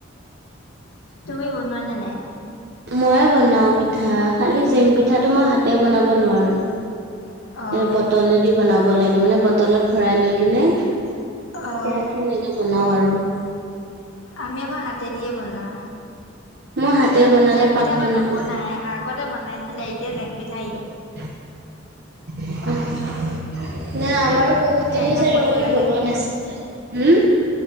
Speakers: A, on the left (about 80°); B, on the right (about 55°).
A: তুমি বনোৱা নে নাই।
B: মই বনাও পিঠা খালি জেং পিঠাটো মই হাতে বনাব নোৱাৰো।
A: অঁ
B: বটলেদি বনাব লাগে, মানে বটলত ভৰাই লৈ কিনে সয়া
A: অঁ
B: সেনেকে বনাও আৰু
A: আমি আকৌ হাতে দিয়ে বনাও।
B: মই হাতে
A: ঈদত
B: বনালে
A: জেং পিঠা
B: পাকটো
A: বা নবনাই,
B: নাহে।
A: আগতে বনাইছিলে। এতিয়া জেং পিঠা ঈদত
B: <inaudible> নাই, আমাৰো বহুত তিনি
A: মেহনত
B: চাৰমাহ
A: কৰিব
B: মান
A: লাগে
B: বনোৱা নাছিলে। হু?